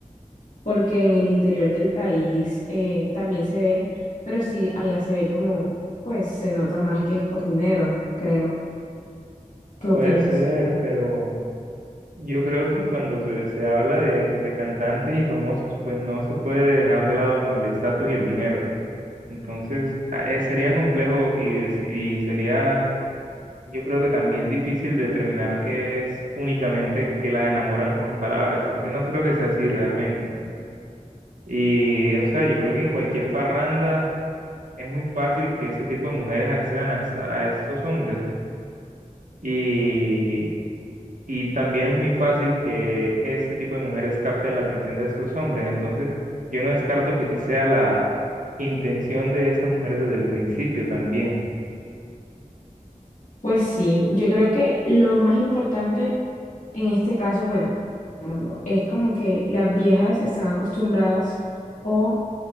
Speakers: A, on the left (about 65°); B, on the right (about 75°).
A: porque en el interior del país eh, también se ve, pero sí, allá se ve como, pues se nota más que es por dinero, creo. ¿Qué opinas?
B: puede ser, pero Yo creo que cuando se, se habla de, de cantantes y famosos, pues no se puede dejar de lado como el estatus y el dinero. Entonces, a- eh, sería complejo y, deci- y sería, yo creo que también difícil determinar que es únicamente que la enamoran con palabras, porque no creo que sea así realmente. Y, o sea, yo creo que en cualquier parranda... es muy fácil que ese tipo de mujeres accedan a, esta- a estos hombres y, y también es muy fácil que este tipo de mujeres capten la atención de estos hombres. Entonces, yo no descarto que sí sea la intención de estas mujeres desde el principio también.
A: Pues sí, yo creo que lo más importante en este caso, bueno, es como que las viejas están acostumbradas o